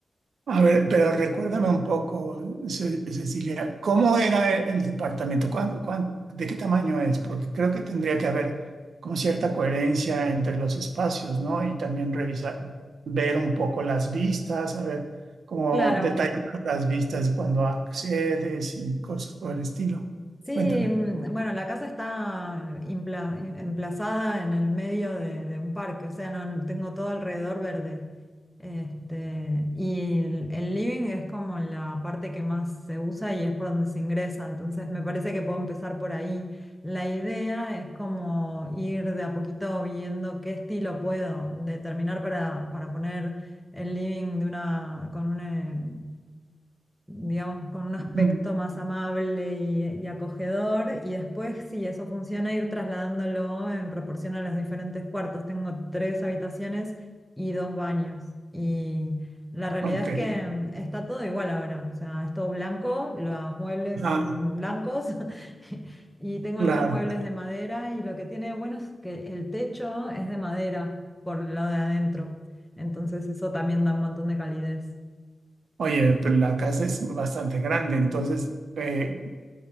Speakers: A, on the right; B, in the centre.
A: A ver, pero recuérdame un poco, Ce- Cecilia, ¿cómo era el, el departamento? ¿Cuán- cuán- de qué tamaño es? Porque creo que tendría que haber como cierta coherencia entre los espacios, ¿no? Y también revisar, ver un poco las vistas, a ver cómo
B: Claro,
A: detallar las vistas cuando accedes y cosas por el estilo.
B: Sí,
A: Cuéntame.
B: mm, bueno, la casa está impla- em- emplazada en el medio de, de un parque, o sea, no tengo todo alrededor verde. Este, y el, el living es como la parte que más se usa y es por donde se ingresa, entonces me parece que puedo empezar por ahí. La idea es como ir de a poquito viendo qué estilo puedo determinar para, para poner el living de una, con una, digamos, con un aspecto
A: Mm,
B: más amable y, y acogedor. Y después, si eso funciona, ir trasladándolo en proporción a los diferentes cuartos. Tengo tres habitaciones y dos baños. Y la realidad
A: ok,
B: es que mm, está todo igual ahora. O sea, es todo blanco, los muebles
A: ah,
B: son blancos. <laughs> Y tengo
A: claro.
B: algunos muebles de madera y lo que tiene bueno es que el techo es de madera por el lado de adentro. Entonces eso también da un montón de calidez.
A: Oye, pero la casa es bastante grande, entonces, eh,